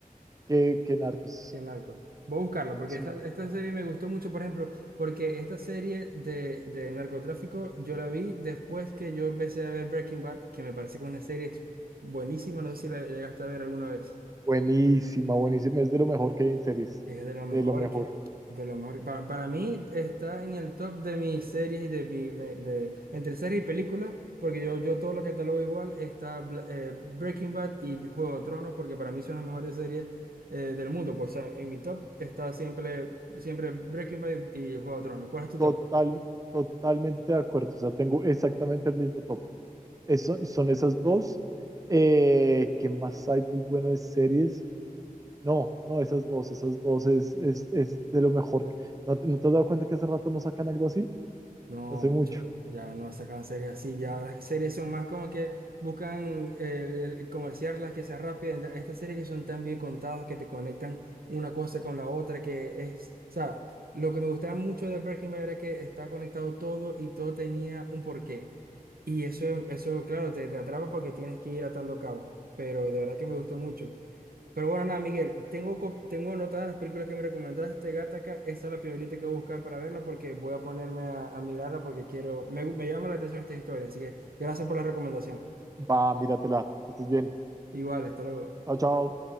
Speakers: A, on the right; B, on the right.
A: que, que Narcos.
B: Qué narco. Voy a buscarlo porque
A: Sí.
B: esta, esta serie me gustó mucho, por ejemplo, porque esta serie de, de narcotráfico yo la vi después que yo empecé a ver Breaking Bad, que me parece que es una serie buenísima, no sé si la la llegaste a ver alguna vez.
A: Buenísima, buenísima. Es de lo mejor que hay en series.
B: Es de lo mejor
A: De lo mejor.
B: que hay. De lo mejor. Para, para mí está en el top de mis series y de mi. me- de, entre series y películas, porque yo, yo todo lo catalogo igual. Está Bla- eh, Breaking Bad y Juego de Tronos, porque para mí son las mejores series eh, del mundo. Pues, o sea, en mi top está siempre, siempre Breaking Bad y, y Juego de Tronos. ¿Cuál es tu
A: Total,
B: top?
A: totalmente de acuerdo. O sea, tengo exactamente el mismo top. Eso, son esas dos. Eh, ¿qué más hay muy bueno de series? No, no, esas dos, esas dos es, es, es de lo mejor. que- ¿No, te- no te has dado cuenta que hace rato no sacan algo así?
B: No,
A: Hace
B: mucho,
A: mucho.
B: ya no sacan series así, ya las series son más como que buscan el, el comerciar las que sean rápidas, enta- estas series que son tan bien contadas que te conectan una cosa con la otra, que es, o sea, lo que me gustaba mucho de Breaking Bad era que estaba conectado todo y todo tenía un porqué. Y eso, eso claro, te, te atrapa porque tienes que ir atando cabos, pero de verdad que me gustó mucho. Pero bueno, nada, Miguel, tengo, co- tengo anotadas las películas que me recomendaste, Gattaca. Esa es la primerita que voy a buscar para verla porque voy a ponerme a, a mirarla porque quiero, me, gu- me llama la atención esta historia. Así que gracias por la recomendación.
A: Va, míratela, que estés bien.
B: Igual, hasta luego.
A: Chao, chao.